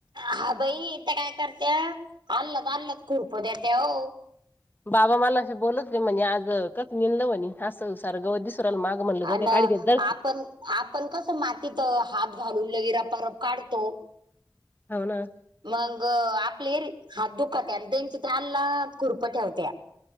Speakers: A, on the right; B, on the left.
A: हा बाई इथे काय करते आलत आलत खुरप देते. हो...
B: बाबा मला अस बोलत गे म्हणे आज कास निललं म्हणे असं सार गवत दिसू राल मागं..... म्हणलं जाऊ
A: आणं,
B: दे काढी देत दर
A: आपण, आपण कसं मातीत हात घालून लगेच रपारप काढतो....
B: हो ना....
A: मग आपले हात दुखत्यात आणि त्यांची त्या अल्ला खुरप ठेवते.....